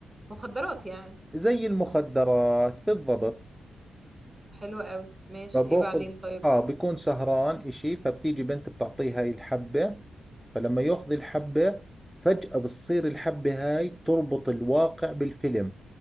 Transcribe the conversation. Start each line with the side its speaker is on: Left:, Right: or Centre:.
Right: مخدرات يعني
Centre: زي المخدرات بالضبط
Right: حلو قوي ماشي
Centre: فباخذ
Right: ايه بعدين طيب
Centre: اه بكون سهران إشي فبتيجي بنت بتعطيه هاي الحبة فلما يأخذ الحبة فجأة بتصير الحبة هاي تربط الواقع بالفيلم